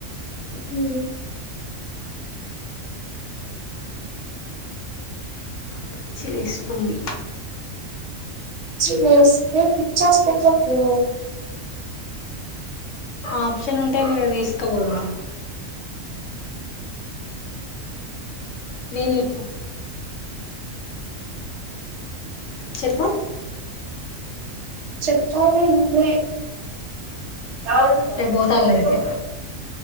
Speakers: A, on the right (about 65°); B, on the left (about 70°).
A: ఉమ్
B: పిచ్చి లేస్తుంది.
A: పిచ్చి లేస్తే పిచ్చి హాస్పిటల్ కి పో.
B: ఆప్షన్ ఉంటే నిన్ను తీసుకపోదును. నీలిప్పు చెప్పు
A: చెప్పాలి నువ్వే. చాలిక
B: రేపు పోతాళ్ళు
A: తిను
B: అయితే